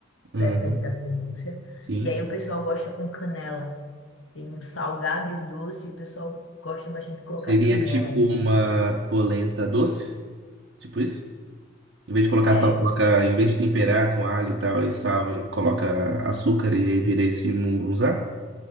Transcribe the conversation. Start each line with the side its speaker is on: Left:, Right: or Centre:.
Right: Uhum.
Left: depende da pronúncia.
Right: Sim.
Left: E aí o pessoal gosta com canela. Tem um salgado e o doce, e o pessoal gosta bastante de colocar
Right: Seria
Left: canela.
Right: tipo uma polenta doce? Tipo isso? Em vez de colocar
Left: É,
Right: sal, coloca, em vez de temperar com alho e tal, e sal, e coloca açúcar e aí vira esse mungunzá?